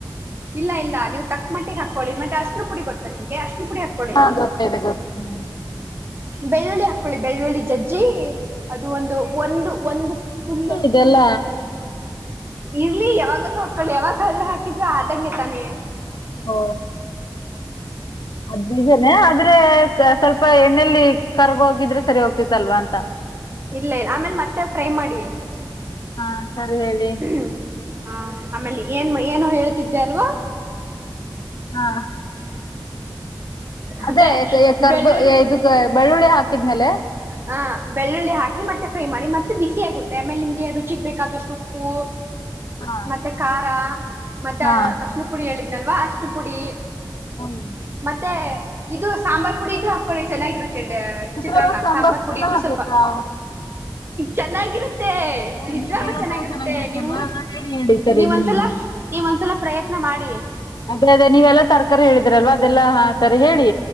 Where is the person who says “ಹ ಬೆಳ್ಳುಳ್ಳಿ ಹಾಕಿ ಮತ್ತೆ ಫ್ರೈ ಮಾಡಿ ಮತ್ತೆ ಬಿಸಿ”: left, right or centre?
Right